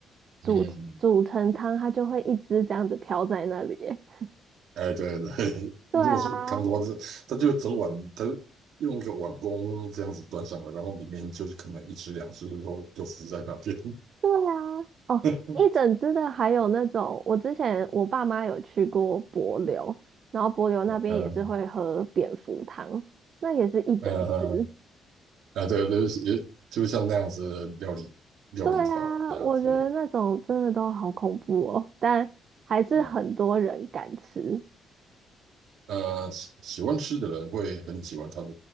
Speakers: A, on the right (about 55°); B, on the right (about 75°).
A: 煮煮成汤，
B: 嗯，
A: 它就会一直这样子飘在那里耶。<laughs>
B: 哎，对对，<laughs>
A: 对啊，
B: 如果是汤的话是，它就整碗，它用一个碗公这样子端上来，然后里面就是可能一只两只，然后就浮在那边。
A: 对啊，哦，
B: <laughs>
A: 一整只的还有那种，我之前我爸妈有去过帛琉，然后帛琉那边也是会喝蝙蝠汤，
B: 嗯
A: 那也是一整只。
B: 嗯嗯啊，对，就是也就像那样子的料理料理法这样子，
A: 对啊，我觉得那种真的都好恐怖哦，但还是很多人敢吃。
B: 嗯呃，喜喜欢吃的人会很喜欢它的，